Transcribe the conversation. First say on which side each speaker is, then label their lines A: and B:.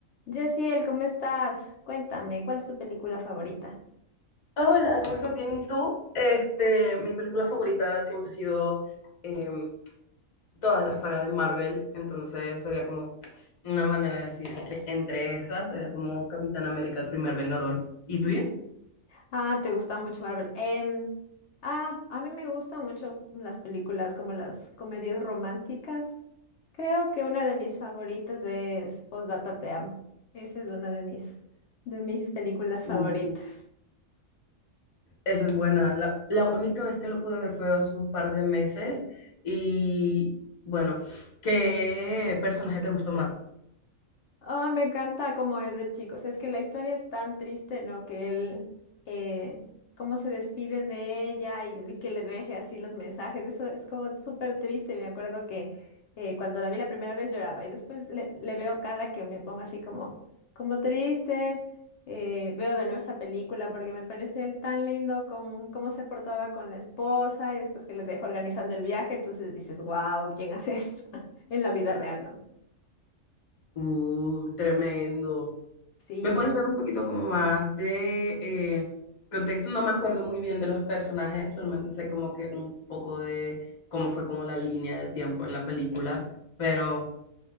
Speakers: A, on the left; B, on the left.
A: Yaciel, ¿cómo estás? Cuéntame, ¿cuál es tu película favorita?
B: Ah, Hola, ¿cómo estás? Bien, ¿y tú? Este, mi película favorita siempre ha sido em, toda la saga de Marvel, entonces sería como una manera de decir que entre esas sería como Capitán América, el primer Vengador. ¿Y tuya?
A: Ah, te gusta mucho Marvel. Em, ah, a mí me gustan mucho las películas como las comedias románticas. Creo que una de mis favoritas es Postdata Te Amo. Esa es una de mis, de mis películas favoritas.
B: Uh, esa es buena. La, la única vez que lo pude ver fue hace un par de meses y bueno, ¿qué personaje te gustó más?
A: Ah, me encanta cómo es el chico. O sea, es que la historia es tan triste, ¿no? Que él, eh, cómo se despide de ella y, y que le deje así los mensajes. Eso es como súper triste. Me acuerdo que eh, cuando la vi la primera vez lloraba y después le, le veo cada que me pongo así como, como triste. Eh, veo de nuevo esa película porque me parece él tan lindo con cómo se portaba con la esposa y después que le dejó organizando el viaje. Entonces dices, wow, ¿quién hace esto <laughs> en la vida real, ¿no?
B: Uh, tremendo.
A: Sí.
B: ¿Me puedes dar un poquito como más de eh, contexto? No me acuerdo muy bien de los personajes, solamente sé como que un poco de cómo fue como la línea del tiempo en la película, pero